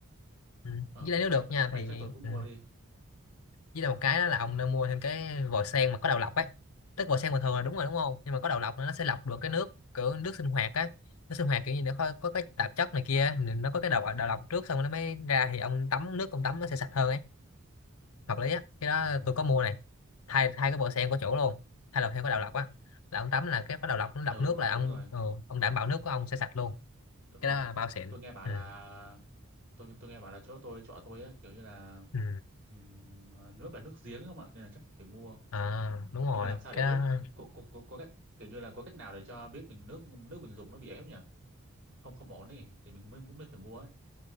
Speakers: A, on the left; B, on the right.
A: ừ.
B: ờ
A: với lại nếu
B: chắc
A: được nha
B: chắc vậy
A: thì
B: chắc tôi cũng
A: ừ
B: mua đi
A: với lại một cái đó là ông nên mua thêm cái vòi sen mà có đầu lọc ấy tức vòi sen bình thường là đúng rồi đúng không nhưng mà có đầu lọc nó sẽ lọc được cái nước kiểu nước sinh hoạt á nước sinh hoạt kiểu như nó có, có cái tạp chất này kia nên nó có cái đầu đầu lọc trước xong rồi nó mới ra thì ông tắm nước ông tắm nó sẽ sạch hơn ấy hợp lý á cái đó
B: Ồ.
A: tôi có mua này thay thay cái vòi sen của chỗ luôn thay đầu theo cái đầu lọc á là ông tắm là cái cái đầu lọc nó lọc
B: ờ
A: nước
B: đúng rồi
A: là ông
B: đúng rồi
A: ừ, ông đảm bảo nước của ông sẽ sạch luôn
B: đúng
A: cái
B: rồi
A: đó là bao xịn
B: tôi nghe bảo
A: ừ.
B: là tôi tôi nghe bảo là chỗ tôi chọn tôi ấy, kiểu như là
A: Ừ.
B: ừm, nước là nước giếng không ạ nên là chắc tôi phải mua
A: À, đúng rồi
B: nhưng mà làm sao để
A: cái
B: biết
A: đó
B: có có có, có cách kiểu như là có cách nào để cho biết mình nước nước mình dùng nó bị ép nhỉ không không ổn đi thì mình mới mới phải mua ấy